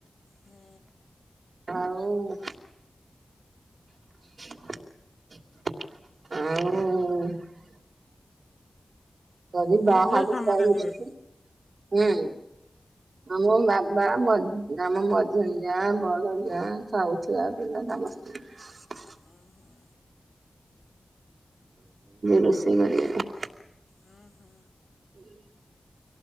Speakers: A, on the left; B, on the right.
A: ହୁଁ।
B: ଆଉ ଆଉ ଆଜି
A: ପୁଅ
B: ବାହାରୁ
A: ଝିଅ ସମସ୍ତେ
B: <unintelligible>
A: ଯିବେ
B: ଆମ ବାବା ଆମ ମଝିଆ ଯା ବଡ ଯା ସାଉ ଛୁଆ ପିଲା ସମସ୍ତେ।
A: ଓଁ ହଁ
B: ରୋଷେଇ କରିବା
A: ହୁଁ ହୁଁ
B: ହୁଁ